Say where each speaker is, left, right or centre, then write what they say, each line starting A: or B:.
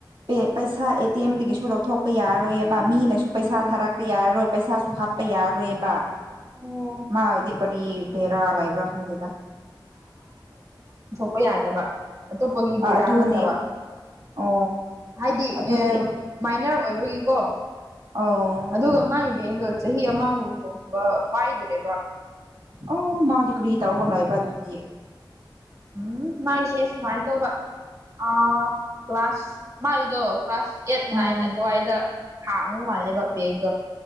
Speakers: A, on the right; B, on the right.
A: ꯄꯦ ꯄꯩꯁꯥ ꯑꯦ ꯇꯦꯝ ꯗꯒꯤꯁꯨ ꯂꯧꯊꯣꯛꯄ ꯌꯥꯔꯔꯣꯏꯌꯦ ꯄ ꯃꯤꯅꯁꯨ ꯄꯩꯁꯥ
B: ꯎꯝ
A: ꯊꯥꯔꯛꯄ ꯌꯥꯔꯔꯣꯏ ꯄꯩꯁꯥꯁꯨ ꯍꯥꯞꯄ ꯌꯥꯔꯔꯣꯏꯕ
B: ꯑꯣ
A: ꯃꯥ ꯒꯗꯤ ꯀꯔꯤ ꯕꯦꯔꯥ ꯂꯥꯏꯕ꯭ꯔꯥ ꯈꯪꯗꯦꯗꯥ
B: ꯄ ꯌꯥꯗꯕ ꯑꯇꯣꯞꯄꯒꯤ ꯕꯦꯔꯥ
A: ꯑꯥ ꯑꯗꯨꯅꯦ
B: ꯅꯠꯇꯕ
A: ꯑꯣ
B: ꯍꯥꯏꯗꯤ
A: ꯑꯗꯨꯗꯤ
B: ꯑꯦ ꯃꯥꯏꯅ꯭ꯔ ꯑꯣꯏꯕꯒꯤꯀꯣ
A: ꯑꯧ
B: ꯑꯗꯨꯒ ꯃꯥꯒꯤ ꯕꯦꯡꯗꯣ ꯆꯍꯤ ꯑꯃꯒꯨꯝꯕ ꯄꯥꯏꯗ꯭ꯔꯦ
A: ꯑꯣ ꯃꯥꯗꯤ ꯀ꯭ꯔꯤ ꯇꯧꯔ ꯂꯩꯕ ꯑꯗꯨꯗꯤ
B: ꯎꯝ ꯃꯥꯏꯁꯦ ꯁꯨꯃꯥꯏ ꯇꯧꯕ ꯑꯥ ꯀ꯭ꯂꯥꯁ ꯃꯥꯏꯗꯣ ꯀ꯭ꯂꯥꯁ ꯑꯦꯠ
A: ꯑꯥ
B: ꯅꯥꯏꯟ ꯑꯗꯨꯋꯥꯏꯗ ꯍꯥꯡꯕ ꯃꯥꯜꯂꯦꯕ ꯕꯦꯡꯗꯣ